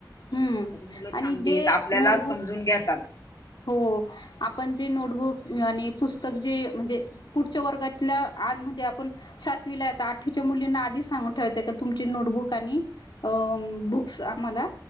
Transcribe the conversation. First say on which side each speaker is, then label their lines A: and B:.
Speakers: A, on the left; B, on the left.
A: हम.
B: तरी मुलं
A: आणि
B: चांगली
A: जे
B: आहेत आपल्याला
A: नोटबुक.
B: समजून घेतात.
A: हो आपण जे नोटबुक आणि पुस्तक जे म्हणजे पुढच्या वर्गातल्या आज म्हणजे आपण सातवी ला आता आठवीच्या मुलींना आधी सांगून ठेवायचंय का तुमची नोटबुक आणि अ बुक्स आम्हाला